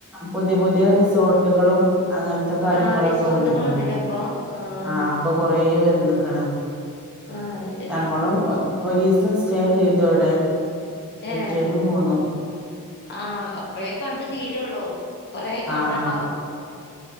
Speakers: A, in the centre; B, on the left.
A: പുതി പുത്യേ റിസോട്ടുകളും അങ്ങൻത്തെ കാര്യങ്ങളൊക്കെ
B: ആഹ് റിസോർട്ടുകൾ
A: വന്ന്ക്ക്ണ്
B: ഉണ്ടല്ലേ ഇപ്പൊ ആഹ്
A: ആ അപ്പൊ കൊറേ വന്നക്ണ്
B: ആഹ് അത് ശരി
A: ഞങ്ങളും ഒരീസം സ്റ്റേ ചെയ്തു അവിടെ. പിറ്റേന്ന്
B: ഏഹ്
A: പോന്നു
B: ആഹ് അ പ്പോഴെ കണ്ടു തീരുള്ളൂ കൊറെേ കാണാണ്ടാവും
A: ആഹ്